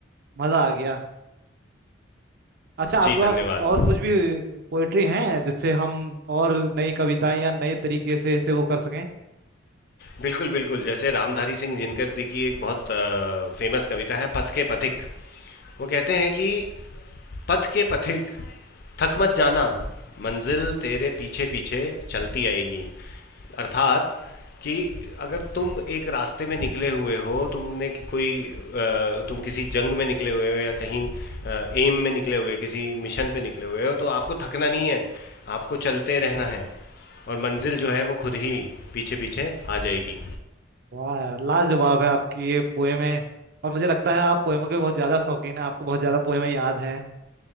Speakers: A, on the right (about 55°); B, on the left (about 55°).
A: मजा आ गया अच्छा आपके
B: जी
A: पास
B: धन्यवाद
A: और कुछ भी पोएट्री है जिससे हम और नई कविताएं या नए तरीके से इसे वो कर सकें
B: बिल्कुल बिल्कुल जैसे रामधारी सिंह जिनकर जी की एक बहुत फेमस कविता है पथ के पथिक वो कहते हैं कि पथ के पथिक थक मत जाना मंजिल तेरे पीछे पीछे चलती आएगी अर्थात कि अगर तुम एक रास्ते में निकले हुए हो तुमने कि- कोई अ, तुम किसी जंग में निकले हुए हो या कहीं एम में निकले हुए किसी मिशन पे निकले हुए हो तो आपको थकना नहीं है आपको चलते रहना है और मंजिल जो है वो खुद ही पीछे पीछे आ जाएगी
A: वाह यार लाजवाब है आपकी ये पोएमें और मुझे लगता है आप पोएमों के बहुत ज्यादा शौकीन है आपको बहुत ज्यादा पोएमें याद हैं